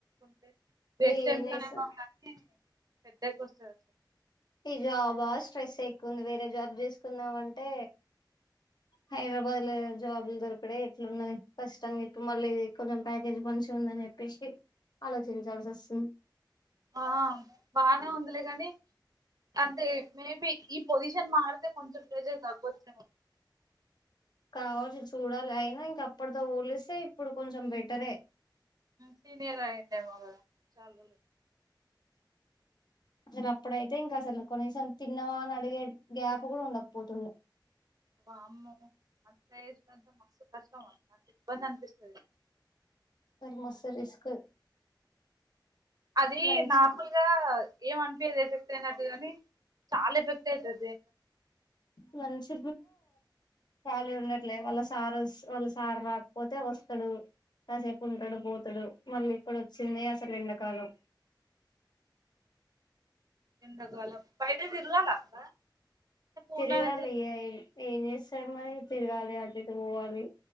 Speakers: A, on the right (about 50°); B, on the left (about 60°).
A: తీ రేస్
B: ఏం
A: <unintelligible>
B: చేస్తాం
A: పెద్దకి వస్తారు సార్
B: ఈ జాబా స్ట్రెస్ ఎక్కువంది వేరే జాబ్ చేసుకుందాంంటే హైదరాబాద్ లో జాబ్లు దొరికడ ఎట్లున్నా కష్టంగా ఇప్పుడు మళ్ళీ కొంచెం ప్యాకేజ్ మంచి ఉందని చెప్పేసి ఆలోచించాల్సి వస్తుంది.
A: ఆ బానే ఉందిలే కాని అంతే మేబి ఈ పోజిషన్ మారీతే కొంచం ప్రేజర్ తగ్గొచ్చు
B: కావచ్చు చూడాల అయినా ఇంకా ఇప్పటితో పోలిస్తే ఇప్పుడు కొంచెం బెటరే
A: సీనియర్ ఆగింద మగ చాలస్
B: అసలు అప్పుడైతే ఇంకా అసలు కొన్నిసం తిన్నావా అని అడిగే గ్యాప కూడా ఉండపోతున్నా
A: అమ్ మంతయసంత మసు కష్టం మ అంత ఇబంద అనిపిస్తుది
B: మోసం రిస్క్
A: అది
B: లంచ్
A: నార్మల్గా ఏ మనపిద ట్ అయినట్టుగాని చాలా ఎఫెక్ట్ అవుతుది ద
B: లంచ్ ఖాళీ ఉండట్లే వాళ్ళ సారు వాళ్ళ సార్ రాకపోతే వస్తాడు కాసేపు ఉంటాడు పోతాడు మళ్ళీ ఇక్కడ వచ్చింది అసలు ఎండాకాలం
A: ఎంతకు అల ఫైవ్ డేస్ ఇల్వాలా అక్క ఫోన్
B: తిరగాలి
A: లోనే చేసు
B: ఏం చేస్తారు మరి తిరగాలి అంటితే పోవాలి